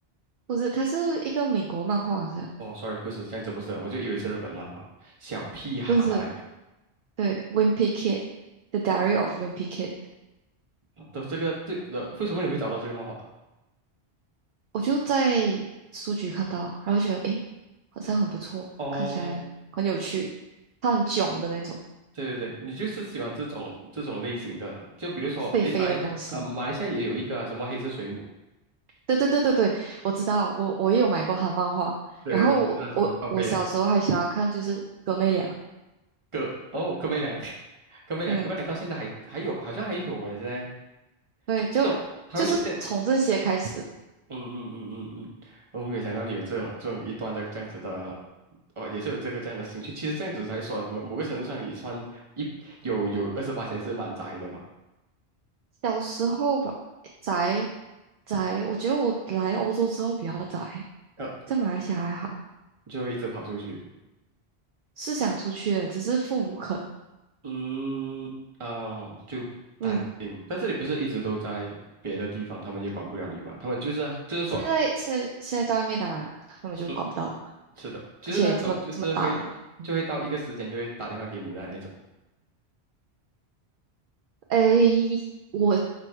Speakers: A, on the right; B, on the right.
A: 不是，他是一个美国漫画，好像
B: 哦，sorry，不是这样子，不是，我就以为是日本漫画。小屁孩
A: 不是。对，《Wimpy Kid》The Diary of Wimpy Kid，
B: 哦都这个这的，为什么你会找到这个漫画？
A: 我就在书局看到，然后觉得诶，好像很不错，
B: 哦，
A: 看起来很有趣。他很囧的那种，
B: 对对对，你就是喜欢这种这种类型的，就比如说，
A: 废废的东西。
B: 诶，马来西亚啊、马来西亚也有一个啊什么黑色水母，
A: 对对对对对，我知道，我我也有买过他的漫画。
B: 对对对，
A: 然后我我我小时候还喜欢看，
B: 就是那种靠背的
A: 就是哥妹俩。
B: 哥，哦，哥妹俩，<laughs> 哥妹俩，
A: 嗯，
B: 哥妹俩到现在还还有，好像还有诶，现在
A: 对，
B: 这种它会出现，
A: 就就是从这些开始，
B: 嗯嗯嗯嗯嗯，我没有想到你有这种这种一端的这样子的，哦，也是有这个这样的兴趣。其实这样子来说，某某个程度上，你也算一有有二十八是蛮宅的嘛，
A: 小时候吧，宅宅，我觉得我来欧洲之后比较宅，
B: 呃，
A: 在马来西亚还好，
B: 就会一直跑出去。
A: 是想出去的，只是父母不肯。
B: 嗯，哦，就担心，
A: 嗯，
B: 但是你不是一直都在别的地方，他们也管不了你吧？他们就是就是说，
A: 现在现在现在在外面，当然他们就管不到了嘛，
B: 嗯，是的，就是那种就是会就会到一个时间就会打电话给你那一种，
A: 而且这么这么大了，嗯，诶，我